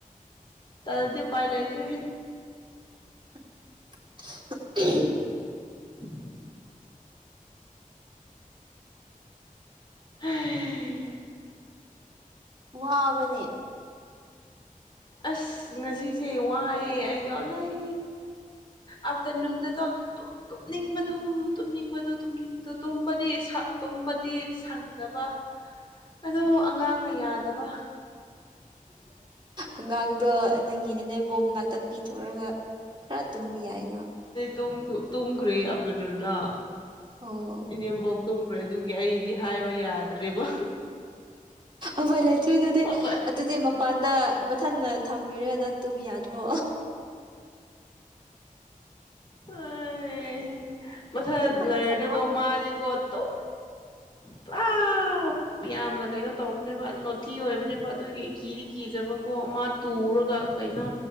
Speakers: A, on the left; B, on the right.
A: ꯇꯜꯂꯗꯤ ꯎꯄꯥꯏ ꯂꯩꯇꯔ‌ꯦꯍꯦ
B: <unintelligible>
A: <unintelligible> ꯍꯩꯏ
B: ꯋꯥꯕ꯭ꯔꯅꯦ
A: ꯑꯁ ꯉꯁꯤꯁꯦ ꯋꯥꯏꯑꯦ ꯑꯩꯗꯣ ꯂꯩ ꯑꯥꯐꯇꯔꯅꯨꯟꯗ ꯇꯨꯝꯅꯤꯡꯕꯗꯨ ꯇꯨꯝꯅꯤꯡꯕꯗꯨ ꯇꯨꯝꯅꯤꯡꯕꯗꯣ ꯇꯨꯝꯕꯗꯤ ꯇꯨꯝꯕꯗꯤ ꯁꯪꯗꯕ ꯑꯗꯨ ꯑꯉꯥꯡꯅ ꯌꯥꯗꯕ
B: ꯑꯉꯥꯡꯗꯣ ꯅꯪꯒꯤ ꯅꯅ‌ꯦꯝꯕꯣꯛ ꯃꯅꯥꯛꯇ ꯄꯤꯊꯣꯛꯔꯒ ꯈꯔ ꯇꯨꯝꯃꯨ ꯌꯥꯏꯅ
A: ꯇꯨꯝ ꯇꯨꯝꯈ꯭ꯔꯦ ꯑꯕꯇꯔꯅꯨꯟꯗ
B: ꯑꯣ
A: ꯏꯅꯦꯝꯕ‌ꯣꯛ ꯇꯨꯝꯈ꯭ꯔꯦ ꯑꯗꯨꯒꯤ ꯑꯩꯗꯤ ꯍꯥꯏꯕ ꯌꯥꯗ꯭ꯔꯦꯕ
B: ꯎꯄꯥꯏ ꯂꯩꯇ꯭ꯔ‌ꯦ ꯑꯗꯨꯗꯤ
A: ꯃꯄꯥꯟ
B: ꯑꯗꯨꯗꯤ ꯃꯄꯥꯟꯗ ꯃꯊꯟꯗ ꯊꯝꯕꯤꯔꯒ ꯅꯪ ꯇꯨꯝꯕ ꯌꯥꯗ꯭ꯔꯣ
A: ꯑ <unintelligible> ꯃꯊꯟꯗ
B: ꯅꯊꯟꯅ
A: ꯂꯥꯏꯔꯗꯤꯀꯣ
B: ꯁꯥꯟꯅꯧ
A: ꯃꯥꯗꯤꯀ‌ꯣ ꯑꯗꯨꯝ ꯄꯨꯔꯥ ꯌꯥꯝꯅ ꯀꯩꯅꯣ ꯇꯧꯕꯅꯦꯕ ꯅꯣꯇꯤ ꯑꯣꯏꯕꯅꯦꯕ ꯑꯗꯨꯒꯤ ꯀꯤꯗꯤ ꯀꯤꯖꯕꯀꯣ ꯃꯥ ꯇꯨꯔꯒ ꯀꯩꯅꯣ